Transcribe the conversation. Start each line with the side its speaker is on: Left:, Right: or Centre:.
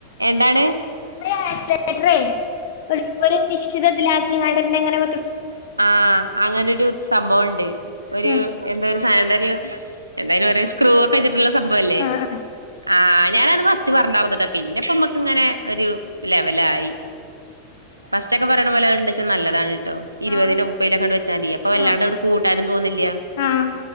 Right: ണ്
Left: <unintelligible> നിശ്ചിതത്തിലാക്കിണ്ടന്നെങ്ങനെ
Right: ആഹ അങ്ങനെരു സംഭവംണ്ട് ഒരു
Left: ഉം
Right: എന്താ എന്തായാലും ഒരു സ്ക്രൂ ഒക്കെച്ചിട്ടുള്ള സംഭവല്ലേ
Left: ആഹ് ആഹ്
Right: ആ ഞാനത് ഫസ്റ്റ് പറഞ്ഞർന്നട്ടാ പിന്നെപ്പ മ്മക്ക് ഇങ്ങനെ ഒരു ലെവലായി ഫസ്റ്റ്ക്കെ പറയണ പോലെ അണ്ടച്ചാ നല്ലതാണ് കേട്ടോ ഇരുപതിലോ
Left: ആഹ്
Right: മുപ്പലോക്കെണ്ട് വെച്ചാ അപ്പൊ വല്ലാണ്ട്
Left: ആഹ്
Right: ഇവിടെ കൂട്ടാനും തോന്നില്ല
Left: ആഹ്